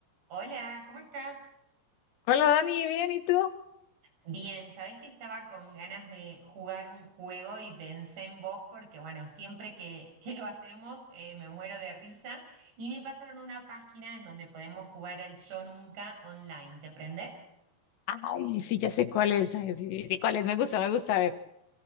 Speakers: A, on the right; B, on the left.
A: Hola, ¿cómo estás?
B: Hola Dani, ¿bien? ¿Y tú?
A: Bien, sabés que estaba con ganas de jugar un juego y pensé en vos porque, bueno, siempre que, que lo hacemos eh, me muero de risa y me pasaron una página en donde podemos jugar al Yo Nunca online. ¿Te prendés?
B: Ay, sí, ya sé cuál es. ay, sí, sí, sí, cuál es. Me gusta, me gusta. A ver,